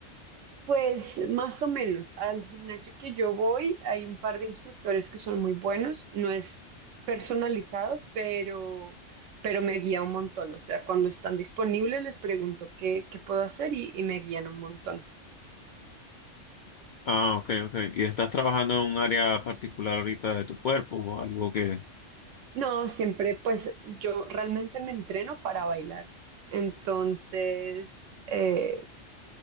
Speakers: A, on the right; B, on the left.
A: pues más o menos, al gimnasio que yo voy hay un par de instructores que son muy buenos, no es personalizado, pero, pero me guía un montón, o sea, cuando están disponibles les pregunto qué, qué puedo hacer y, y me guían un montón.
B: Ah, ok, ok. ¿Y estás trabajando en un área particular ahorita de tu cuerpo o algo que?
A: No, siempre pues yo realmente me entreno para bailar, entonces eh,